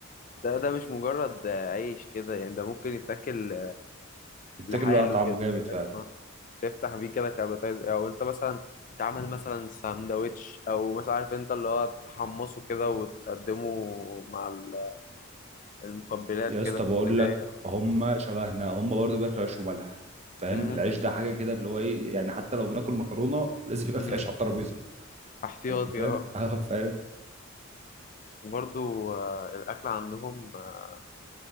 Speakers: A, on the left; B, on the right.
A: ده ده مش مجرد عيش كده يعني ده ممكن يتاكل
B: التاجر
A: لحاله
B: اللي هو طعمه
A: كده
B: جامد فعلا
A: فاهم؟ تفتح بيه كده كابيتايز او انت مثلا تعمل مثلا ساندوتش او مثلا عارف انت اللي هو تحمصه كده وتقدمه مع ال- المقبلات
B: يا
A: كده
B: اسطى
A: في
B: بقول
A: البداية
B: لك هم شبهنا هم برضو بياكلوا عيش وملح فاهم
A: مم.
B: العيش ده حاجة
A: مم.
B: كده اللي هو ايه يعني حتى لو بناكل مكرونة لازم يبقى
A: مم.
B: في عيش على الترابيزة
A: احتياطي
B: يعني انت فاهم
A: اه
B: <laughs> اه فاهم
A: وبرضو آه، الأكل عندهم آه،